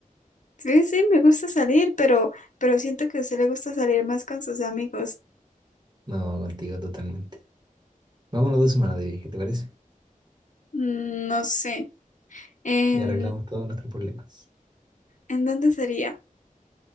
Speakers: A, on the left; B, on the right.
A: Sí, sí, me gusta salir, pero, pero siento que a usted le gusta salir más con sus amigos.
B: No, contigo totalmente. Vámonos dos semanas de viaje, ¿te parece?
A: Mm, No sé, en
B: Y arreglamos todos nuestros problemas.
A: ¿en dónde sería?